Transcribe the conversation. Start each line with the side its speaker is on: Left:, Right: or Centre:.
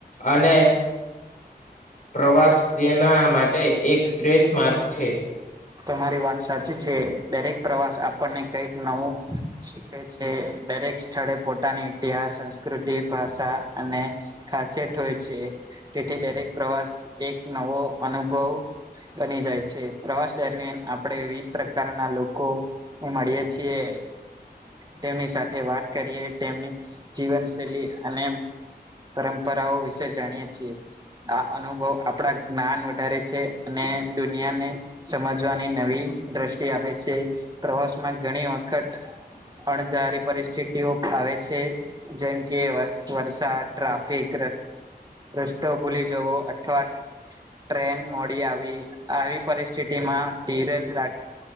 Left: અને પ્રવાસ તેના માટે એક શ્રેષ્ઠ માર્ગ છે.
Right: તમારી વાત સાચી છે, દરેક પ્રવાસ આપણને કંઈક નવું શીખે છે, દરેક સ્થળે પોતાની ઇતિહાસ સંસ્કૃતિ ભાષા અને ખાસિયત હોય છે. તેથી દરેક પ્રવાસ એક નવો અનુભવ બની જાય છે. પ્રવાસ દરમિયાન આપણે વિવિધ પ્રકારના લોકો મળીએ છીએ. તેમની સાથે વાત કરીએ, તેમની જીવનશૈલી અને પરંપરાઓ વિશે જાણીએ છીએ. આ અનુભવ આપણા જ્ઞાન વધારે છે અને દુનિયાને સમજવાની નવી દ્રષ્ટિ આપે છે. પ્રવાસ માં ઘણી વખત અણધારી પરિસ્થિતિઓ આવે છે. જેમ કે વરસાદ, ટ્રાફિક રસ્તો ભૂલી જવો અથવા ટ્રેન મોડી આવી- આવી પરિસ્થિતિ સિટી માં ધીરજ રાખે.